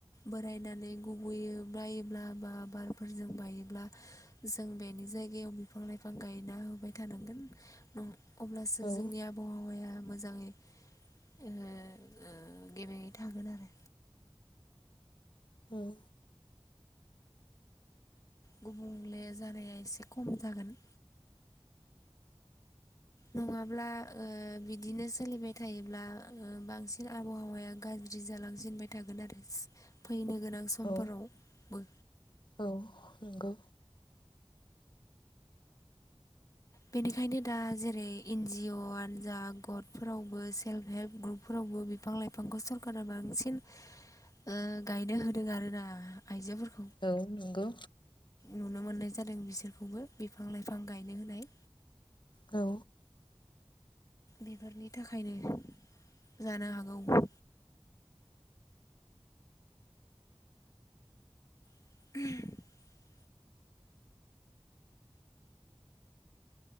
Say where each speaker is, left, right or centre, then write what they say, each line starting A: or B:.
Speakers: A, on the left; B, on the left.
A: बोरायनानै गुबोयो। बायोब्ला बा बारफोरजों बायोब्ला जों बेनि जायगायाव बिफां लाइफां गायना होबाय थानांगोन। औ अब्लासो
B: औ
A: जोंनि आबहावाया मोजाङै ओ ओ गेबेङै थागोन आरो।
B: औ
A: गुबुंले जानाया एसे खम जागोन। नङाब्ला ओ बिदिनो सोलिबाय थायोब्ला बांसिन आबहावाया गाज्रि जालांसिनबाय थागोन आरो फैनो गोनां समफोरावबो।
B: औ औ नंगौ
A: बेनिखायनो दा जेरै एन जिअ आनजाद गटफोरावबो सेल्फ हेल्प ग्रुपफोरावबो बिफां लाइफांखौ सरकारा बांसिन ओ गायनो होदों आरोना आइजोफोरखौ।
B: औ नंगौ।
A: नुनो मोननाय जादों बिसोरखौबो बिफां लाइफां गायनो होनाय।
B: औ
A: बेफोरनि थाखायनो जानो हागौ। <inaudible>